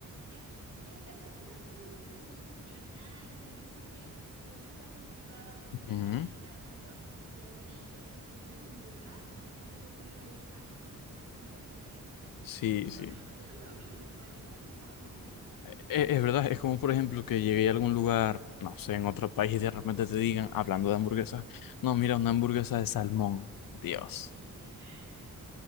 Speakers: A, on the right; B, on the left.
A: eh, eh, o sea, son los gustos como que regionales, los gustos que, que uno está acostumbrado a comer
B: Ujú.
A: y tal. Por eso yo digo que en ningún lugar vas a conseguir el sazón de comida que hay aquí. O sea,
B: Sí,
A: bueno,
B: sí.
A: nosotros lo vimos, en Valencia no saben igual las hamburguesas,
B: E- e-
A: o sea,
B: Es, verdad, es como por ejemplo que llegué a algún lugar, no sé, en otro país y de repente te digan, hablando de hamburguesas, no, mira,
A: ajá,
B: una hamburguesa de salmón. Dios.
A: mi alma.